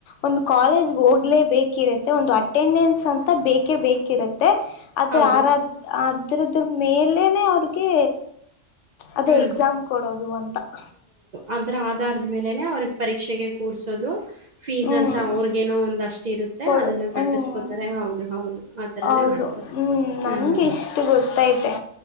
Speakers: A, on the left; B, on the right.
A: ಒಂದು ಕಾಲೇಜ್ ಹೋಗ್ಲೇ ಬೇಕಿರತ್ತೆ ಒಂದು ಅಟೆಂಡೆನ್ಸ್ ಅಂತ ಬೇಕೇ ಬೇಕಿರುತ್ತೆ ಅದ್ರ
B: ಹೌದು
A: ಸಾರಧು, ಆದರಿಂದು, ಮೇಲೆನೆ. <inaudible> ಅದುಕ್ಕೆ, ಅದೇ
B: ಹ್ಮ್
A: ಎಕ್ಸಾಮ್, ಕೊಡೋದು, ಅಂತ. <inaudible>
B: ಅಂದ್ರ, ಆಧಾರದ, ಮೇಲೆನೆ, ಅವ್ರಿಗೆ! ಪರೀಕ್ಷೆಗೆ ಕೂರ್ಸೋದು. <inaudible> ಫೀಸ್
A: ಹ್ಮ್
B: ಅಂತ ಅವ್ರಗೇನೋ ಒಂದ್ಷ್ಟ್ ಇರುತ್ತೆ
A: ಕೊಡೋದು
B: ಅದನ್ನ ಕಟ್ಟಸ್ಕೊತಾರೆ
A: ಹ್ಮ್
B: ಹೌದು ಹೌದು ಆ ತರನೇ
A: ಹೌದು
B: ಮಾಡ್ತಾರೆ
A: ಹ್ಮ್ ನನ್ಗೆ
B: ಹ್ಮ್.
A: ಇಷ್ಟು ಗೊತ್ತೈತೆ